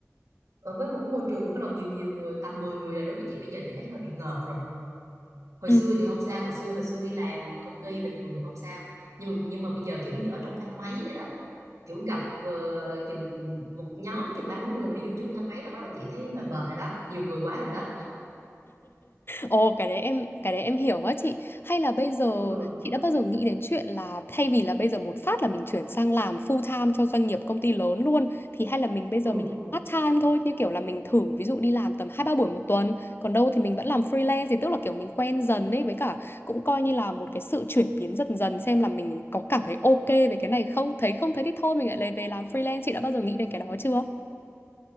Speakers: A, on the right; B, on the left.
A: ở với một cái môi trường bắt đầu nhiều nhiều người tầm 10 người là đối với chị bây giờ chị thấy hơi bị ngợp rồi hồi
B: Ừ.
A: xưa thì không sao hồi xưa hồi xưa đi làm công ty bình thường thì không sao nhưng mà nhưng mà bây giờ kiểu như ở trong thang máy vậy đó kiểu gặp ờ, chừng một nhóm chừng ba bốn người mà đi vô chung thang máy là bắt đầu chị thấy mệt mệt rồi đó nhiều người quá rồi đó
B: Ồ, cái đấy em cái đấy em hiểu á chị. Hay là bây giờ
A: ừ
B: chị đã bao giờ nghĩ đến chuyện là thay vì là bây giờ một phát là mình chuyển sang làm full time cho doanh nghiệp công ty lớn luôn thì hay là mình bây giờ
A: ừ
B: mình làm part time thôi như kiểu là mình thử ví dụ đi làm tầm hai ba buổi một tuần, còn đâu thì mình vẫn làm freelance thì tức là kiểu mình quen dần ấy với cả cũng coi như là một cái sự chuyển biến dần dần xem là mình có cảm thấy ok về cái này không, thấy không thấy thì thôi mình lại lấy về làm freelance. Chị đã bao giờ nghĩ đến cái đó chưa?